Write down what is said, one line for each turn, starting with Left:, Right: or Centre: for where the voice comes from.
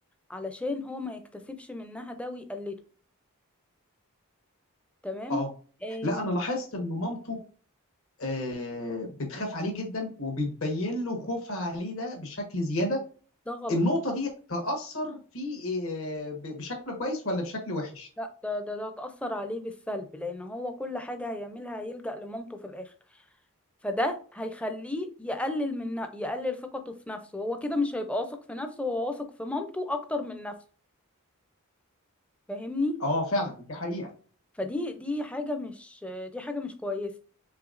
Centre: علشان هو ما يكتسبش منها ده ويقلده تمام
Left: اه
Centre: إيه
Left: لا انا لاحظت ان مامته آه، بتخاف عليه جدا وبتبين له خوفها عليه ده بشكل زياده
Centre: ده غلط
Left: النقطه دي تاثر فيه آه، ب- بشكل كويس ولا بشكل وحش
Centre: لا ده ده ده هتأثر عليه بالسلب لأن هو كل حاجة هيعملها هيلجأ لمامته في الآخر فده هيخليه يقلل من ن- يقلل ثقته في نفسه هو كده مش هيبقى واثق في نفسه هو واثق في مامته أكتر من نفسه فاهمني
Left: اه فعلا دي حقيقه
Centre: فدي دي حاجة مش دي حاجة مش كويسة